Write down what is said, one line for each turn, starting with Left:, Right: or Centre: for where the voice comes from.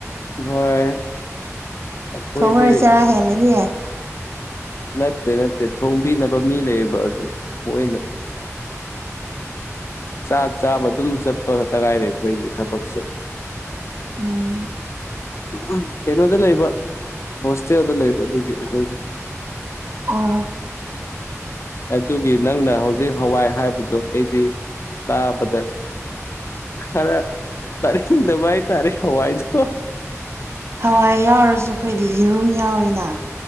Left: ꯍꯣꯏ ꯑꯩꯈꯣꯏꯗꯤ
Right: ꯊꯣꯡꯉꯔꯣꯏ ꯆꯔꯥ ꯍꯦꯜꯂꯅꯤ
Left: ꯅꯠꯇꯦ ꯅꯠꯇꯦ ꯊꯣꯡꯕꯤꯅꯕ ꯃꯤ ꯂꯩꯌꯦꯕ ꯑꯗꯨ ꯃꯣꯏꯅ ꯆꯥꯛ ꯆꯥꯕ ꯑꯗꯨꯝ ꯆꯠꯄ ꯈꯛꯇ ꯉꯥꯏꯔꯦ ꯑꯩꯈꯣꯏꯒꯤ ꯊꯕꯛꯁꯦ
Right: ꯎꯝ
Left: ꯎ ꯀꯩꯅꯣꯗ ꯂꯩꯕ ꯍꯣꯁꯇꯦꯜꯗ ꯂꯩꯕ ꯑꯗꯨꯒꯤ ꯑꯩꯈꯣꯏꯁꯦ
Right: ꯑꯥꯎ
Left: ꯑꯗꯨꯒꯤ ꯅꯪꯅ ꯍꯧꯖꯤꯛ ꯍꯋꯥꯏ ꯍꯥꯏꯕꯗꯣ ꯑꯩꯗꯤ ꯇꯥꯕꯗ ꯈꯔ ꯆꯥꯅꯤꯡꯗꯕ ꯍꯥꯏꯇꯔꯦ ꯍꯋꯥꯏꯗꯣ
Right: ꯍꯋꯥꯏ ꯌꯥꯎꯔꯁꯨ ꯑꯩꯈꯣꯏꯗꯤ ꯌꯦꯔꯨꯝ ꯌꯥꯎꯋꯦꯅ